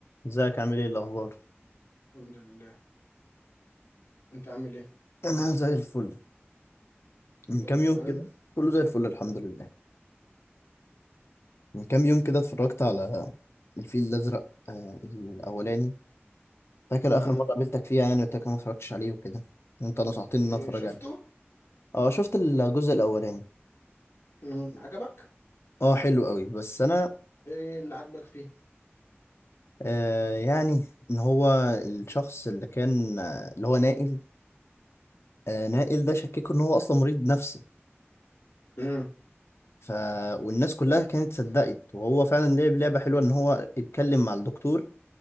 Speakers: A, on the left (about 70°); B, on the left (about 90°).
A: ازيك عامل ايه الاخبار
B: الحمد لله انت عامل ايه
A: انا زي الفل من
B: كله
A: كام يوم
B: تمام
A: كده كله زي الفل الحمد لله من كام يوم كده اتفرجت على الفيل الازرق آه الاولاني فاكر
B: امم
A: اخر مره قابلتك فيها يعني قلت لك أنا ما اتفرجتش عليه وكده انت نصحتني ان أنا
B: ايه
A: اتفرج
B: شفته
A: عليه اه شفت الجزء الاولاني
B: امم عجبك
A: اه حلو قوي بس انا
B: ايه اللي عجبك فيه
A: آه يعني ان هو الشخص اللي كان آه، اللي هو نائل آه نائل ده شككوا ان هو اصلا مريض نفسي
B: امم
A: ف والناس كلها كانت صدقت وهو فعلا لعب لعبه حلوه ان هو اتكلم مع الدكتور